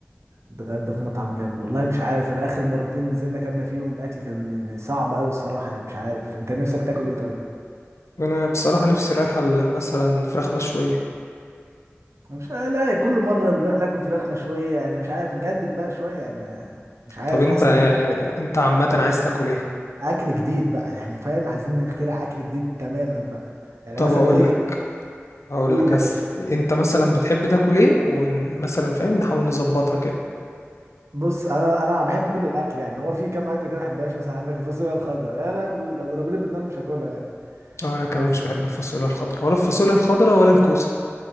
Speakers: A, on the right; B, on the left.
A: نتغدى في مطعم جامد والله مش عارف انا اخر مرتين نزلنا كنا فيهم الاكل كان صعب قوي الصراحه يعني مش عارف انت نفسك تاكل ايه طيب
B: انا بصراحة نفسي رايحة ل- مثلا فراخ مشوية
A: مش لا كل مره بنروح ناكل فراخ مشويه يعني مش عارف نجدد بقى شويه يعني مش عارف
B: طب انت
A: حاسس
B: آه،
A: ان
B: انت عامة عايز تاكل ايه؟
A: اكل جديد بقى يعني فاهم عايزين نخترع اكل جديد تماما بقى يعني
B: طب
A: مثلا
B: اقول
A: ايه
B: لك اقول
A: قول
B: لك
A: يا
B: هس
A: باشا
B: انت مثلا بتحب تاكل ايه ومثلا فاهم نحاول نظبطها كده
A: بص انا انا بحب كل الاكل يعني هو في كام اكل كده ما بحبهاش مثلا عندك الفاصوليا الخضراء يا لهوي لو ضربوني بالنار مش هاكلها يعني
B: اه انا كمان
A: بس
B: مش بحب الفاصوليا الخضراء ولا الفاصوليا الخضراء ولا الكوسة